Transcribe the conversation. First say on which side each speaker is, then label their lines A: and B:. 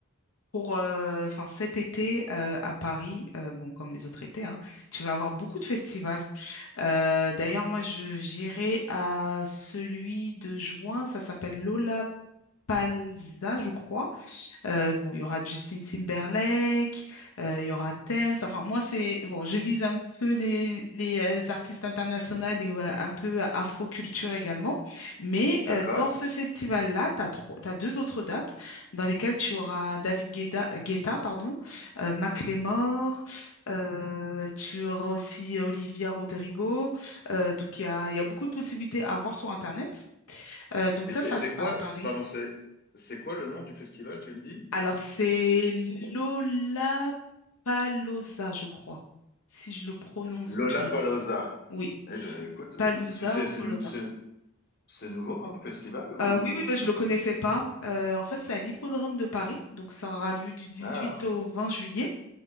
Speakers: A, on the left; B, on the left.
A: pour euh, enfin, cet été euh, à Paris, euh, bon, comme les autres étés, hein, tu vas avoir beaucoup de festivals. Euh, d'ailleurs, moi, je j'irai à celui de juin, ça s'appelle Lollapalooza, je crois. Euh, bon, il y aura Justin Timberlake, euh, il y aura Thames. Enfin, moi, c'est bon, je vise un peu les, les euh, artistes internationaux et ouais, un peu afro-culture également. Mais
B: d'accord?
A: euh, dans ce festival-là, tu as trois, t'as deux autres dates dans lesquelles tu auras David Guetta, Guetta, pardon, euh, Macklemore, euh, tu auras aussi Olivia Rodrigo. Euh, donc, il y a, il y a beaucoup de possibilités à voir sur Internet. Euh, donc,
B: Et
A: ça,
B: c'est
A: ça
B: c'est
A: sera
B: quoi,
A: à Paris.
B: pardon, c'est c'est quoi le nom du festival, tu me dis?
A: Alors, c'est Lola Paloza, je crois, si je le prononce
B: Lollapalooza.
A: bien. Oui,
B: Eh, je, écoute,
A: Palouza
B: écoute, c'est c'est-
A: ou Paloza.
B: c'est nou- c'est- c'est nouveau comme festival ou
A: Euh, oui, oui, ben,
B: ça
A: je ne le
B: fait...
A: connaissais pas. Euh, en fait, c'est à l'Hippodrome de Paris, donc ça aura lieu du 18
B: Ah,
A: au 20 juillet.